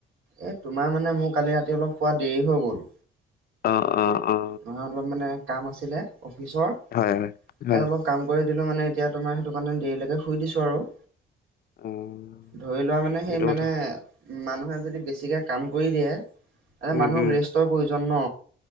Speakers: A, on the right; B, on the left.
A: এ তোমাৰ মানে মোৰ কালি ৰাতি অলপ শুৱা দেৰি হৈ গ'ল।
B: অঁ অঁ অঁ।
A: আ অলপ মানে কাম আছিলে অফিচৰ।
B: হয় হয়, হয়।
A: এ অলপ কাম কৰি দিলোঁ মানে এতিয়া তোমাৰ সেইটো কাৰনে দেৰিলেকে শুই দিছোঁ আৰু।
B: অ',
A: ধৰি লোৱা মানে
B: সেইটো
A: সেই মানে
B: কথা।
A: মানুহে যদি বেছিকে কাম কৰি দিয়ে, তাতে
B: উম,
A: মানুহক
B: উম,
A: ৰেষ্টৰ প্ৰয়োজন ন?